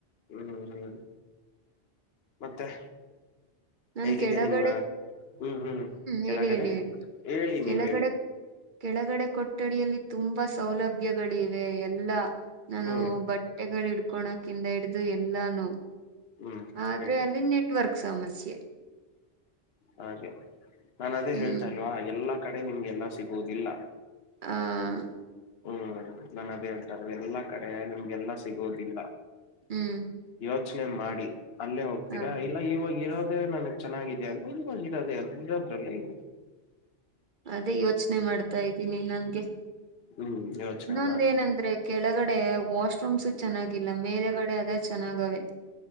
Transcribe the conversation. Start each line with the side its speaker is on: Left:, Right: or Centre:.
Left: ಹ್ಮ್ ಹ್ಮ್ ಮತ್ತೆ?
Right: ನನ್
Left: ಹೇಗಿದೆ
Right: ಕೆಳಗಡೆ
Left: ನಿಮ್ಮ ಹ್ಮ್ ಹ್ಮ್
Right: ಹೇಳಿ
Left: ಕೆಳಗಡೆ
Right: ಹೇಳಿ ಹೇಳಿ
Left: ಹೇಳಿ
Right: ಕೆಳಗಡೆ
Left: ನೀವ್ ಹೇಳಿ
Right: ಕೆಳಗಡೆ ಕೊಠಡಿಯಲ್ಲಿ ತುಂಬಾ ಸೌಲಭ್ಯಗಳಿವೆ. ಎಲ್ಲ ನಾನು
Left: ಹ್ಮ್
Right: ಬಟ್ಟೆಗಳು ಹಿಡ್ಕೊಳಕಿಂದ ಹಿಡ್ದು ಎಲ್ಲಾನು
Left: ಹ್ಮ್
Right: ಆದ್ರೆ
Left: ಹೇಳಿ
Right: ಅಲ್ಲಿ ನೆಟ್ವರ್ಕ್ ಸಮಸ್ಯೆ.
Left: ಹಾಗೆ ನಾನ್ ಅದೇ
Right: ಹ್ಮ್
Left: ಹೇಳ್ತಾ ಇಲ್ವಾ ಎಲ್ಲಾ ಕಡೆ ನಿಮ್ಗೆಲ್ಲ ಸಿಗುವುದಿಲ್ಲ.
Right: ಆ...
Left: ಹ್ಮ್ ನಾನ ಅದೇ ಹೇಳ್ತಾರೆ. ಎಲ್ಲಾ ಕಡೆ ನಿಮ್ಗೆಲ್ಲಾ ಸಿಗೋದಿಲ್ಲ
Right: ಹ್ಮ್
Left: ಯೋಚನೆ ಮಾಡಿ ಅಲ್ಲೇ ಹೋಗ್ತೀರಾ?
Right: ಹ
Left: ಇಲ್ಲ ಇವಾಗ ಇರೋದೇ ನನಗ್ ಚೆನ್ನಾಗಿದೆ ಅಂದ್ರೆ ಇವಾಗ ಇರೋದೆೇ ಇರೋದ್ರಲ್ಲೇ ಇರೀ
Right: ಅದೇ ಯೋಚನೆ ಮಾಡ್ತಾ ಇದ್ದೀನಿ. ನನ್ಗೆ
Left: ಹ್ಮ್ ಯೋಚನೆ
Right: ಇನ್ನೊಂದ
Left: ಮಾಡಿ
Right: ಏನಂದ್ರೆ ಕೆಳಗಡೆ ವಾಶ್ರೂಮ್ಸು ಚೆನ್ನಾಗಿಲ್ಲ ಮೇಲೆಗಡೆ ಆದ್ರೇ ಚೆನ್ನಾಗಿವೆ.